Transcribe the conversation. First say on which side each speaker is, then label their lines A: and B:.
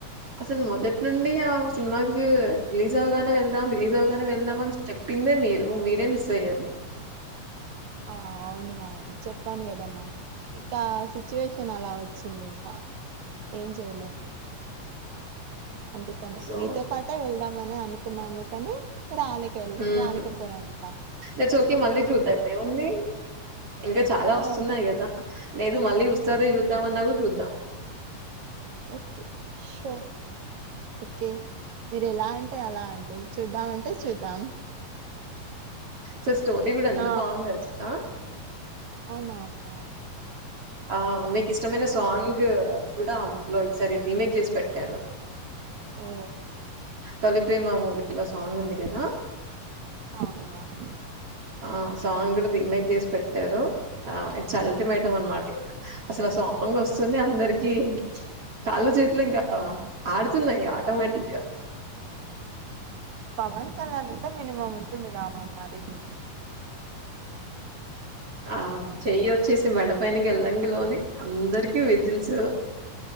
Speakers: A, on the right; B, on the right.
A: అసలు మొదటి నుండి ఆ సినిమాకి రిలీస్ లీజ అవగానే వెళ్దాం రిలీజ్ అవగానే వెళ్దాం అని చెప్పిందే మీరు మీరే మిస్ అయ్యారు
B: ఆ అవును మా చెప్పాను కదా మా ఇంకా సిచ్యువేషన్ అలా వచ్చింది ఇంకా ఏం చేయలేము అందుకని
A: సో
B: మీతో పాటే వెళ్దామని అనుకున్నాము కానీ రాలేక
A: హ్మ్
B: రాలేకపోయాము ఇక
A: ఈ చోకి మళ్ళీ చూద్దాం ఏముంది ఇంకా చాలా
B: ఆ
A: వస్తున్నాయి
B: హో-
A: కదా లేదు మళ్ళీ ఉస్తాదే చూద్దామని అన్న కూడ చూ నో
B: ఒకే షో ఓకే మీరు ఎలా అంటే అలా అండి చూద్దామంటే చూద్దాం
A: సో స్టోరీ కూడా ఎంత
B: ఆ
A: బాగుంది తెలుస్ ఆ
B: అవునా అమ్మా
A: ఆ మీకు ఇష్టమైన సాంగ్ కూడా అందులో ఈసారి రీమేక్ చేసి పెట్టారు
B: ఓ
A: తొల్లిప్రేమ మూవీ ఇలా సాంగ్ ఉంది కదా
B: అవును మ్యామ్
A: ఆ సాంగ్ కూడా రీమేక్ చేసి పెట్టారు ఆ చల్టిమేట్ అన్నమాట్ అసలు ఆ సాంగ్ వస్తుంది అందరికి కాళ్ళు చేతులు ఇంకా ఆడుతున్నాయి ఆటోమేటిక్గా
B: పవన్ కళ్యాణ అంటే మినిమమ్ ఉంటుంది గ మరీ మా టెక్నిక్
A: ఆ చెయ్యి వచ్చేసి మెడ పైనకి వెళ్ళంగ లోనే అందరికి విజిల్స్